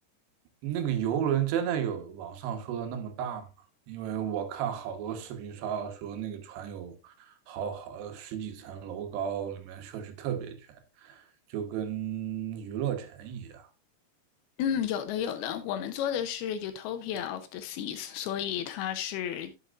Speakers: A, on the right; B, on the left.
A: 那个游轮真的有网上说的那么大吗？因为我看好多视频刷到说那个船有好好十几层楼高，里面设施特别全，就跟娱乐城一样。
B: 嗯，有的有的，我们做的是 Utopia of the Seas，所以它是